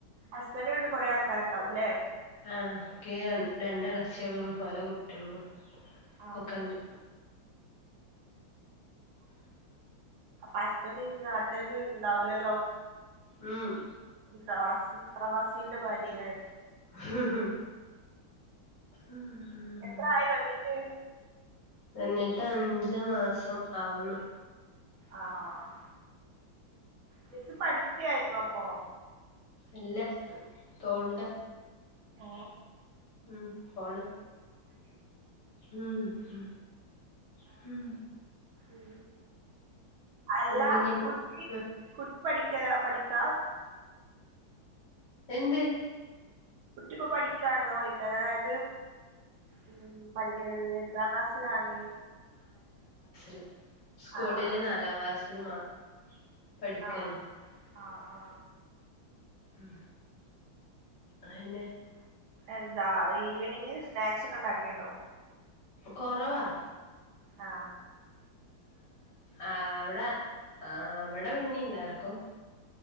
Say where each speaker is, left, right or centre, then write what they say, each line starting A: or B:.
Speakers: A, on the right; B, on the left.
A: ഹസ്ബൻഡ് വീട്ടിൽ കുറെ ആൾക്കാർ ഉണ്ടകും ലേ
B: ആ ക് രണ്ട് ഇളച്ചികളും ഓല കുട്ടികളും
A: ആഹ്
B: ഒക്കെണ്ട്
A: അപ്പൊ ഹസ്ബൻഡ് നാട്ടുല് ഇണ്ടാവില്ലല്ലോ
B: മമ്
A: ഈ പ്രവാസം പ്രവാസിയുടെ ഭാര്യ ലേ
B: ഹ്ഹ് ഉം
A: എത്ര ആയി വന്നിട്ട്
B: എന്നിട്ട് അഞ്ച മാസം ആവുന്നു
A: ആഹ മിസ്സ് പഠിക്കയായിരുന്നു അപ്പൊ
B: അല്ല തോണ്ട
A: ഓ
B: ഉം ഫോണ് ഹം മം മം
A: ഉ അല്ല
B: കുഞ്ഞി
A: കുട്ടി
B: ആഹ്
A: പഠിക്കല പഠിക്കാ
B: എന്ത്
A: കുട്ടിപ് പഠിക്കണോ ചോദിക്കാ അതായത് ഉം പ എത്രാം ക്ലാസ്സിലാണ്
B: ല് സ്കൂളില്
A: ആഹ്
B: നാലാം ക്ലാസ്സില് മാ പഠിക്കാണ്
A: ആഹ ആഹ ആ
B: ഉ അയിന്നെ
A: എന്താ ഈവനിങ് സ്നാക്സ് ഒക്കെ ഉണ്ടാക്കിയുണ്ടോ
B: കൊറവാ
A: ആ
B: ആ അവിടെ ആ അവിടെ പിന്നി ഉണ്ടാക്കും